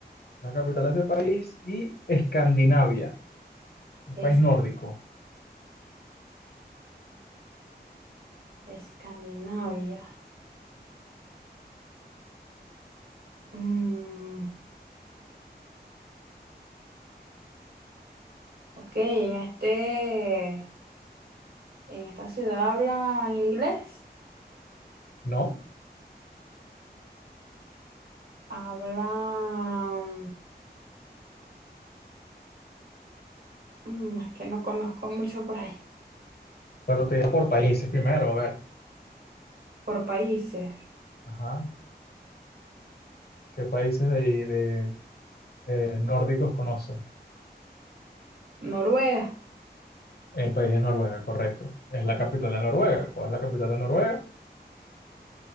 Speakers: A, on the left; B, on the right.
A: la capital de este país, y Escandinavia, un
B: Es
A: país nórdico.
B: Escandinavia. Mm, ok, en este, en esta ciudad hablan inglés.
A: No,
B: Hablan. Mm, es que no conozco mucho por ahí,
A: pero te digo por países primero, a ver.
B: por países.
A: Ajá. ¿Qué países de, de, eh, nórdicos conoces?
B: Noruega,
A: El país es Noruega, correcto. Es
B: mm,
A: la capital de Noruega. ¿Cuál es la capital de Noruega?